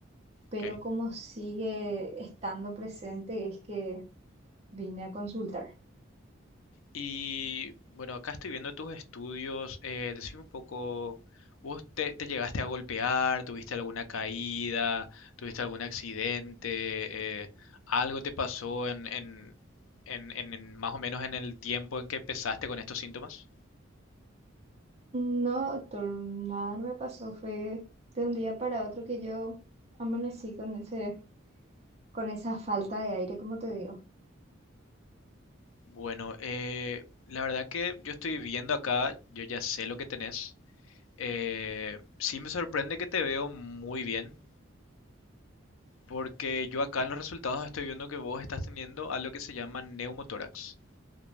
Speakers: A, on the right; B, on the left.
A: pero
B: ok.
A: como sigue estando presente es que vine a consultar.
B: Y bueno, acá estoy viendo tus estudios. Eh, decime un poco, ¿vos te, te llegaste a golpear? ¿Tuviste alguna caída? ¿Tuviste algún accidente? Eh, ¿algo te pasó en, en, en, en en más o menos en el tiempo en que empezaste con estos síntomas?
A: No, doctor, nada no me pasó, fue de un día para otro que yo amanecí con ese, con esa falta de aire, como te digo.
B: Bueno, eh, la verdad que yo estoy viendo acá, yo ya sé lo que tenés. Eh, sí me sorprende que te veo muy bien, porque yo acá en los resultados estoy viendo que vos estás teniendo algo que se llama neumotórax.